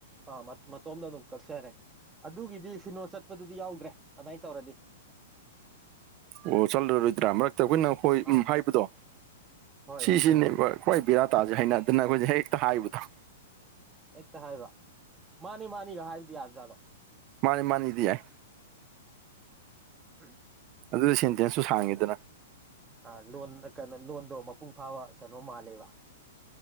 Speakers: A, on the right; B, on the right.
A: ꯑ ꯃꯇꯣꯝꯗ ꯑꯗꯨꯝ ꯀꯛꯆꯔꯦ ꯑꯗꯨꯒꯤꯗꯤ ꯁꯤꯅꯣ ꯆꯠꯄꯗꯨꯗꯤ ꯌꯥꯎꯗ꯭ꯔꯦ ꯑꯗꯨꯃꯥꯏꯅ ꯇꯧꯔꯗꯤ ꯫
B: ꯑꯣ ꯆꯠꯂꯔꯣꯏꯗ꯭ꯔꯥ ꯃꯔꯛꯇ ꯑꯩꯈꯣꯏꯅ ꯍꯣꯏ
A: ꯑꯥ
B: ꯍꯥꯏꯕꯗꯣ
A: ꯍꯣꯏ
B: ꯁꯤꯁꯤꯅꯦꯕ ꯍꯣꯏ ꯕꯤꯔꯥ ꯇꯥꯁꯦ ꯍꯩꯅꯗꯅꯕꯁꯦ ꯍꯦꯛꯇ ꯍꯥꯏꯕꯗꯣ
A: ꯍꯦꯛꯇ ꯍꯥꯏꯕ ꯃꯥꯅꯤ ꯃꯥꯅꯤꯒ ꯍꯥꯏꯕꯁꯨ ꯌꯥꯕꯖꯥꯠꯂꯣ
B: ꯃꯥꯅꯤ ꯃꯥꯅꯤꯗꯤ ꯌꯥꯏ
A: <unintelligible>
B: ꯑꯗꯨ ꯁꯦꯟꯇꯦꯟꯁꯁꯨ ꯁꯥꯡꯉꯤꯗꯅ
A: ꯑ ꯂꯣꯟ ꯀꯩꯅꯣ ꯂꯣꯟꯗꯣ ꯃꯄꯨꯡ ꯐꯥꯕ ꯀꯩꯅꯣ ꯃꯥꯜꯂꯦꯕ